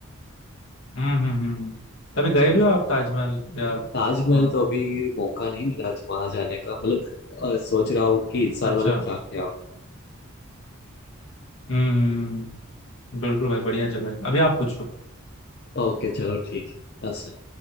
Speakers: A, on the left; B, on the left.
A: हम्म हम्म हम्म कभी गए
B: चलो
A: भी हो आप ताजमहल या
B: ताजमहल
A: वहां
B: तो
A: पे
B: अभी मौका नहीं मिला वहां जाने का मतलब अ, सोच रहा हूँ कि इस साल
A: अच्छा
B: मतलब
A: हम्म
B: जाके आओ
A: हम्म, हम्म। बिल्कुल भाई बढ़िया जगह है अभी आप पूछो
B: ओके चलो ठीक है ऐसा